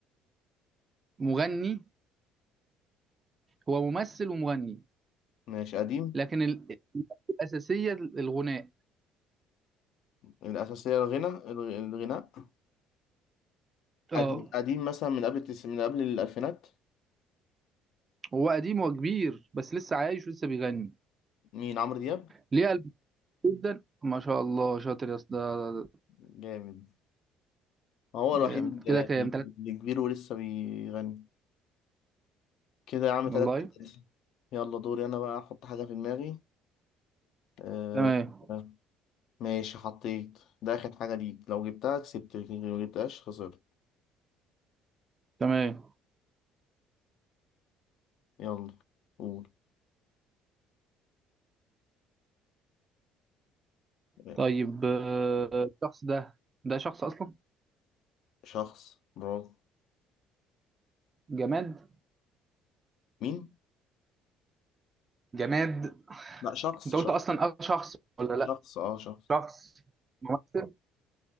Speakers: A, on the right; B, on the left.
A: مغني هو ممثل ومغني
B: ماشي قديم
A: لكن ال- الأساسية الغناء
B: الأساسية الغنى الغ- الغناء
A: اه
B: قديم قديم مثلا من قبل التس... من قبل الألفينات
A: هو قديم وكبير بس لسه عايش ولسه بيغني
B: مين عمرو دياب
A: ليه قلب جدا ما شاء الله شاطر يا اسطى ده-
B: جامد ما هو
A: جامد.
B: الوحيد
A: كده
B: اللي,
A: كام تلاتة
B: اللي كبير ولسه بيغني كده يا عم
A: والله
B: تلاتة تلاتة يلا دوري أنا بقى أحط حاجة في دماغي آه
A: تمام
B: آه، ماشي حطيت ده آخر حاجة ليك لو جبتها كسبت لكن لو جبتهاش خسرت
A: تمام
B: يلا قول آه،
A: طيب آه، الشخص ده ده شخص اصلا
B: شخص برافو
A: جماد
B: مين؟
A: جماد
B: لا شخص
A: انت
B: شخص
A: قلت اصلا اه شخص ولا لا
B: شخص اه شخص
A: شخص ممثل